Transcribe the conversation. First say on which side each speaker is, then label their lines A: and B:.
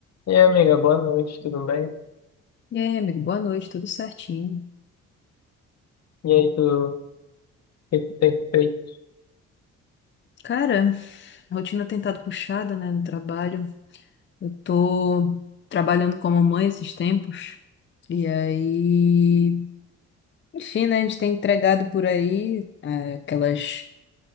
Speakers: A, on the left; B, on the left.
A: E aí, amiga, boa noite, tudo bem?
B: E aí, amigo, boa noite, tudo certinho.
A: E aí, tu, o que que tem feito?
B: Cara, rotina tem estado puxada, né, no trabalho. Eu tô trabalhando como mãe esses tempos. E aí, enfim, né, a gente tem entregado por aí é, aquelas